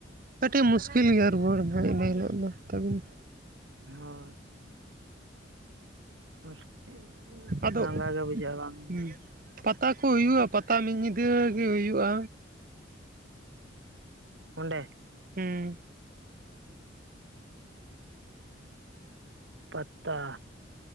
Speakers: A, on the right; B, on the right.
A: ᱠᱟᱹᱴᱤᱡ ᱢᱩᱥᱠᱤᱞ ᱜᱮ ᱨᱩᱣᱟᱹᱲ ᱫᱚ, ᱤᱱᱟᱹ ᱦᱤᱞᱳᱜ ᱫᱚ ᱛᱟᱵᱮᱱ
B: ᱦᱳ ᱢᱩᱥᱠᱤᱞ
A: ᱟᱫᱚ
B: ᱞᱟᱸᱜᱟ ᱜᱮ ᱵᱩᱡᱟᱜᱼᱟ ᱵᱟᱝ᱾
A: ᱦᱩᱸ ᱯᱟᱛᱟ ᱠᱚ ᱦᱩᱭᱩᱜᱼᱟ ᱯᱟᱛᱟ ᱢᱤᱫ ᱧᱤᱫᱟᱹ ᱜᱮ ᱦᱩᱭᱩᱜᱼᱟ᱾
B: ᱚᱸᱰᱮ?
A: ᱦᱩᱸ᱾ <inaudible>
B: ᱯᱟᱛᱟ